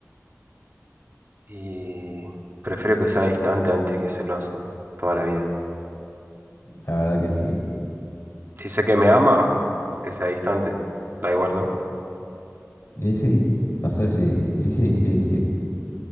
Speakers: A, on the right (about 40°); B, on the left (about 60°).
A: Y prefiero que sea distante antes que celoso, toda la vida.
B: La verdad que sí.
A: Si sé que me ama, que sea distante. Da igual, ¿no?
B: Y sí, no sé si. Y sí, sí, sí.